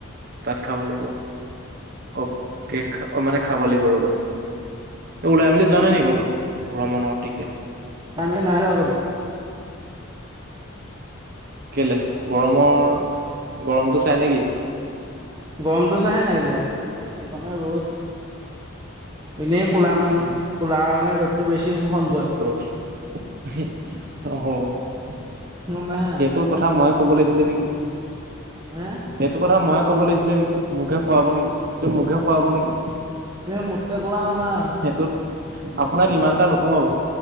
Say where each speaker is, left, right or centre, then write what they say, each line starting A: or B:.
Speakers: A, on the right; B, on the right.
A: তাত খাব লাগিব অ অ মানে খাব লাগিব ৰ'বা ওলাই মেলি যোৱা নাই নে কতো ভ্ৰমণৰ দিশে
B: তমি নাহা গ'লো
A: কেলে গৰমৰ গৰমতটো চাই নেকি
B: গৰমটো চাই নাই এতি যিনে ৰ'দ এনেই কলা মানুহ
A: উম
B: কলা ৰঙে ৰ'দটো বেছি শোষণ কৰেৈ
A: ৰজ <inaudible>
B: নম্বাইে নাই
A: সেইটো কথা মই কব লিছিলে নেকি
B: হ
A: সেইটো কথা ময়ে ক'ব লাগিছিলে নেকি মোকে খুৱাব নেকি সেইটো মুখে খুৱাব নেকি
B: তুমি মোতকে ক'লা নহয়
A: সেইটোত আপোনাক ইমান এটা নোখোৱাব